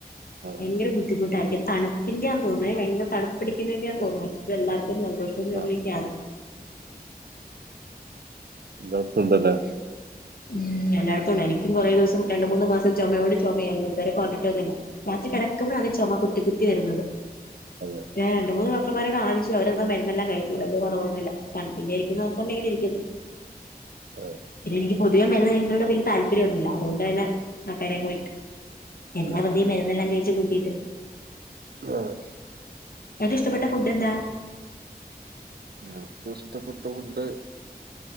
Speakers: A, on the right (about 80°); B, on the left (about 65°).
A: ആ
B: ഭയങ്കര ബുദ്ധിമുട്ടായിരിക്കും തണുപ്പിന്റെയാ തോന്നു ഭയങ്കര തണുപ്പ് ൻ്റേയതോന്നണു
A: ആ,
B: ഇപ്പ എല്ലാർക്കും ജലദോശും ചൊമയൊക്ക്യാണ്
A: ആ എല്ലാട്ത്തുണ്ടല്ലേ
B: ഉം എല്ലായിടത്തും ഉണ്ട് എനിക്കും കുറെ ദിവസം രണ്ട് മൂന്ന് മാസം ചൊമയോട് ചൊമയായിരുന്നു ഇത് വരെ കൊറഞ്ഞിട്ടൊന്നുല്ല രാത്രി കെടക്കുമ്പഴാണ് ചുമ കുത്തി കുത്തി വരുന്നത്
A: അതെ
B: ഞാൻ രണ്ട്
A: ഉം
B: മൂന്ന് ഡോക്ടർ മാരെ കാണിച്ചു അവരന്ന മരുന്നെല്ലാം കഴിച്ചു വലിയ കുറവൊന്നുല്ല തണുപ്പിൻ്റേർക്കും എന്നോർത്തോണ്ടങ്ങനെ ഇരിയ്ക്കുന്നു
A: അതെ
B: പിന്നെ എനിക്ക് പോതുവേ മരുന്ന് കഴിക്കണതിനോട് വലിയ താല്പര്യൊന്നുല്ല അതുകൊണ്ട് തന്നെ <unintelligible> എന്നാ
A: ഉം
B: <unintelligible>
A: ഉം
B: മരുന്നെല്ലാം കഴിച്ചു കൂട്ടീട്ട്
A: അതെ
B: എറ്റും ഇഷ്ടപ്പെട്ട ഫുഡ് എന്താ
A: നമക്ക് ഇഷ്ടപ്പെട്ട ഫുഡ്